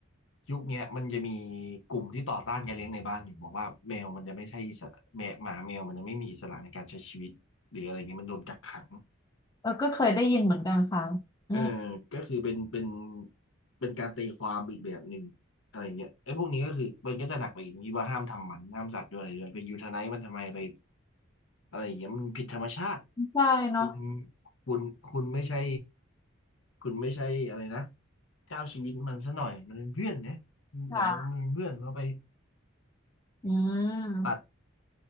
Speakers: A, on the left (about 65°); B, on the left (about 15°).
A: ยุคเนี้ยมันจะมีกลุ่มที่ต่อต้านการเลี้ยงในบ้านอยู่บอกว่าแมวมันจะไม่ใช่อิสระแมวหมาแมวมันจะไม่มีอิสระในการใช้ชีวิตหรืออะไรเงี้ยมันโดนกักขัง
B: เออก็เคยได้ยินเหมือนกันค่ะอืม
A: เออ ก็คือเป็นเป็นเป็นการตีความอีกแบบหนึ่งอะไรเงี้ยไอ้พวกนี้ก็คือมันก็จะหนักไปอีกตรงที่ว่าห้ามทำหมันห้ามสัตว์ด้วยอะไรด้วยไปยูทไนายมันทำไมไปอะไรอย่างเงี้ยมันผิดธรรมชาติ
B: ใช่เนาะ
A: คุณคุณคุณไม่ใช่คุณไม่ใช่อะไรนะเจ้าชีวิตมันซะหน่อยมันเป็นเพื่อนเนี่ย
B: ค่ะ
A: เดี๋ยวมองว่ามันเป็นเพื่อนเราไป
B: อืม
A: ตัด